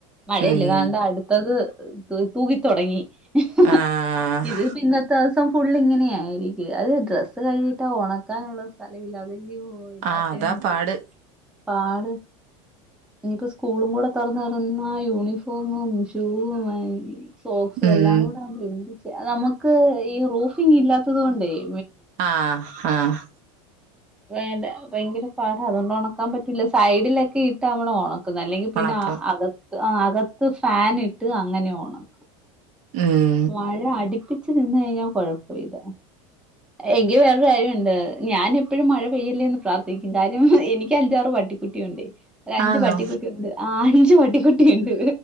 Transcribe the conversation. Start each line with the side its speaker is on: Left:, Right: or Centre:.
Centre: മഴയല്ലെ
Right: ഉം
Centre: <unintelligible> അടുത്തത്. തു തൂകിതൊടങ്ങി. <unintelligible>
Right: ആഹ്
Centre: ഇത് പിന്നത്ത. ദിവസം ഫുള്ള് ഇങ്ങനെയായിരിക്കും. അത് ഡ്രസ്സ് കഴിയിട്ടാ ഉണക്കാനുള്ള സ്ഥലമില്ലാതെ. <unintelligible>
Right: ആഹ് അതാ പാട്
Centre: പാട്. ഇനിയിപ്പോ സ്കൂളും കൂടെ തൊറന്ന നന്നായൊ യൂണിഫോമും ഷൂവും വയ് സോക്സു
Right: ഉം
Centre: എല്ലാം കൂടെ <inaudible> ചെ ആ നമക്ക് ഈ റൂഫിംഗ് ഇല്ലാത്തത് കൊണ്ടേയ്
Right: ആഹ് ആഹ്
Centre: വേണ്ട ഭയങ്കര പാഠാ അതോണ്ട് ഒണക്കാൻ പറ്റൂല സൈഡിലൊ കിട്ട മ്മള് ഒണ ക്കുന്നെ അല്ലെങ്കി പിന്നാ
Right: ഒണക്കം
Centre: അ <unintelligible> ആ അകത്ത് ഫാൻ ഇട്ട് അങ്ങനെ ഒണക്കും
Right: ഉം
Centre: വഴ അട്പ്പി ച്ച നിന്നെയ്ഞ്ഞാ കൊഴപ്പ ഇതാ എൻക്ക് വേറൊരു ആര്യണ്ട് ഞാൻ എപ്പോഴും മഴ പെയ്യല്ലേന്ന് പ്രാർത്ഥിക്കും കാര്യം എനിക്കഞ്ചാറ് പട്ടിക്കുട്ടിയുണ്ടെ ഒരഞ്ച്
Right: ആന്നോ
Centre: പട്ടിക്കുട്ടിയുണ്ട് ആ അഞ്ച് പട്ടിക്കുട്ടിയുണ്ട്